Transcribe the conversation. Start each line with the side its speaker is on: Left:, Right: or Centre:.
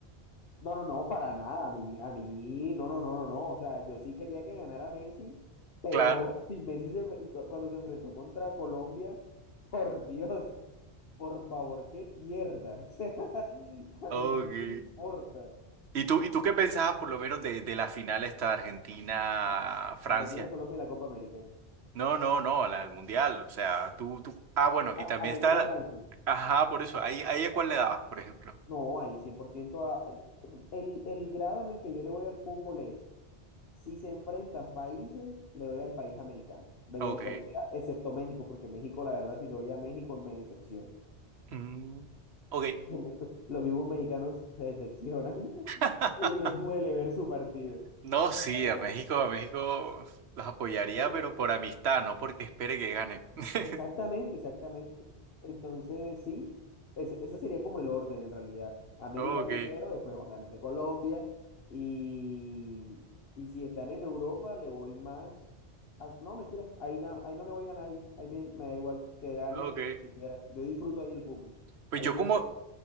Left: No, no, no, para nada. A mí, a mí, no, no, no, no, no. O sea, yo sí quería que ganara Messi, pero
Right: Claro.
Left: <laughs> si Messi se, enf- cuando se enfrentó contra Colombia, <laughs> por Dios, por favor, que pierda. <laughs> O sea, a
Right: Ok.
Left: mí no me importa.
Right: ¿Y tú, y tú qué pensabas por lo menos de, de la final esta de Argentina-Francia?
Left: Argentina, Colombia, y la Copa América.
Right: No, no, no, la del mundial, o sea, tú, tú, ah, bueno,
Left: Ah,
Right: y también
Left: Argentina,
Right: está, la-
Left: Francia.
Right: ajá, por eso, ahí, ahí a cuál le dabas, por ejemplo.
Left: No, ahí 100% a, el, el grado en el que yo le voy al fútbol es. Si se enfrentan países, le doy al país americano, da
Right: Ok.
Left: igual cual sea, excepto México, porque México, la verdad, si le doy a México, me decepciona.
Right: Mm, ok.
Left: Los mismos <laughs> los mismos mexicanos se decepcionan. <laughs>
Right: <laughs>
Left: Ellos les duele ver su partido.
Right: No, sí,
Left: Pero
Right: a
Left: bueno,
Right: México, a México los apoyaría,
Left: pero
Right: pero por amistad, no porque espere que ganen. <laughs>
Left: Exactamente, exactamente. Entonces, sí, ese, ese sería como el orden en realidad. América
Right: Ok,
Left: primero, después obviamente Colombia. Y, y si están en Europa, le voy más... a- no, mentira, ahí, na- ahí no le voy a nadie, ahí me, me da igual, que gane
Right: ok.
Left: el que quiera. Yo disfruto ahí el fútbol.
Right: Pues
Left: Ahí
Right: yo
Left: sí,
Right: como,